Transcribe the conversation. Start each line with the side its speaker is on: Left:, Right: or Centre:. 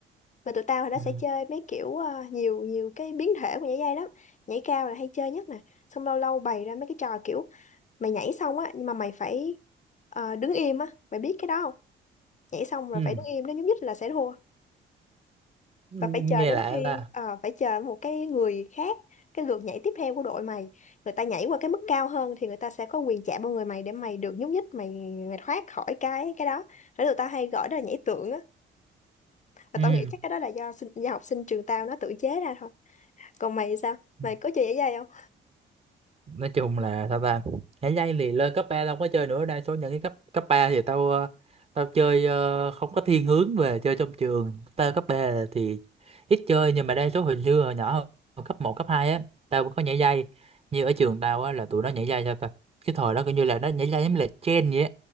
Left: Mà tụi tao hồi đó
Right: ừ
Left: sẽ chơi mấy kiểu ờ, nhiều nhiều cái biến thể của nhảy dây lắm. Nhảy cao là hay chơi nhất nè. Xong lâu lâu bày ra mấy cái trò kiểu mày nhảy xong á nhưng mà mày phải ờ, đứng im á, mày biết cái đó không? Nhảy xong rồi
Right: ừ,
Left: phải đứng im nếu nhúc nhích là sẽ thua
Right: ừ.
Left: và
Right: nghe
Left: phải chờ đến
Right: lạ
Left: khi
Right: ta
Left: ờ, phải chờ một cái người khác cái lượt nhảy tiếp theo của đội mày người ta nhảy qua cái mức cao hơn thì người ta sẽ có quyền chạm vào người mày để mày được nhúc nhích mày mày thoát khỏi cái cái đó thế tụi tao hay gọi đó là nhảy tượng á và
Right: ừ
Left: tao nghĩ chắc cái đó là do sinh, do học sinh trường tao nó tự chế ra thôi Còn mày thì sao?
Right: ừ.
Left: Mày có chơi giải dây không?
Right: nói chung là sao ta nhảy dây thì lên cấp 3 tao không có chơi nữa đa số những cái cấp cấp 3 thì tao ờ, tao chơi ờ, không có thiên hướng về chơi trong trường tao cấp 3 thì ít chơi nhưng mà đa số hồi xưa hồi nhỏ hồi cấp một cấp 2 á tao cũng có nhảy dây như ở trường tao á là tụi nó nhảy dây sao ta cái thời đó coi như là nó nhảy dây giống như là trend vậy á